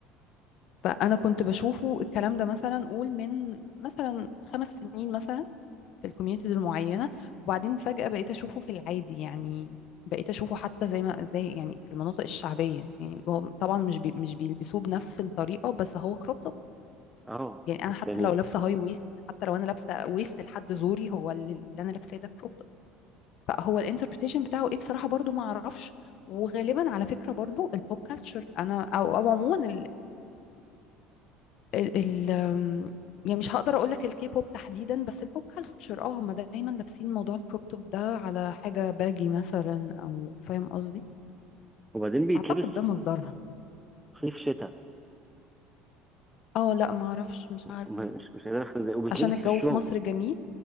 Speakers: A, on the left; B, in the centre.
A: فانا كنت بشوفه الكلام ده مثلا قول من مثلا خمس سنين مثلا في الكوميونيتيز المعينه وبعدين فجاه بقيت اشوفه في العادي يعني بقيت اشوفه حتى زي ما زي يعني في المناطق الشعبيه يعني هو طبعا مش بي مش بيلبسوه بنفس الطريقه بس هو كروب توب
B: اه
A: يعني انا
B: بس
A: حتى
B: يعني
A: لو لابسه هاي ويست حتى لو انا لابسه ويست لحد زوري هو اللي اللي انا لابساه ده كروب توب فهو الانتربريتيشن بتاعه ايه بصراحه برضو ما اعرفش وغالبا على فكره برضو البوب كالتشر انا او او عموما ال ال آم، يعني مش هقدر اقول لك الكي بوب تحديدا بس البوب كلتشر اه هم دايما لابسين موضوع الكروب توب ده على حاجه باجي مثلا او فاهم قصدي
B: وبعدين بيتلبس
A: اعتقد ده مصدرها
B: صيف شتاء
A: اه لا ما اعرفش مش عارف
B: ما- مش مش قادر افهم ازاي وبيتلبس
A: عشان الجو
B: في الشغل
A: في مصر جميل